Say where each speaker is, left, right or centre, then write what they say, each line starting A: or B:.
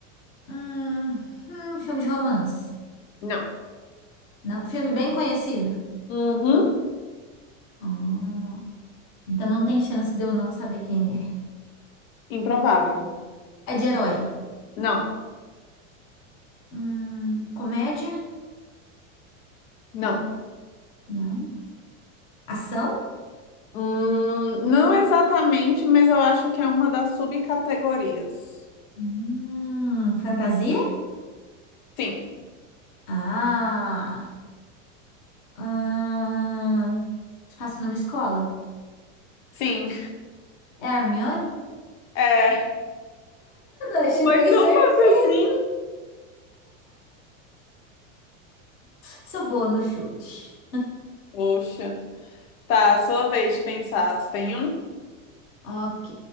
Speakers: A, on the left; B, on the left.
A: Hum, hum, filme de romance.
B: Não.
A: Não, filme bem conhecido.
B: Uhum.
A: Hum, então não tem chance de eu não saber quem
B: Improvável.
A: é. É de herói.
B: Não,
A: Hum, comédia?
B: não.
A: Não. Ação?
B: Hum, não exatamente, mas eu acho que é uma das subcategorias.
A: Hum, fantasia?
B: Sim,
A: Ah. Hum, se passa numa escola?
B: sim.
A: É a Hermione?
B: É.
A: Eu chutei
B: Foi tão
A: certeza.
B: fácil assim?
A: Sou boa no chute.
B: Poxa. Tá, sua vez de pensar. Você tem um?
A: Ok.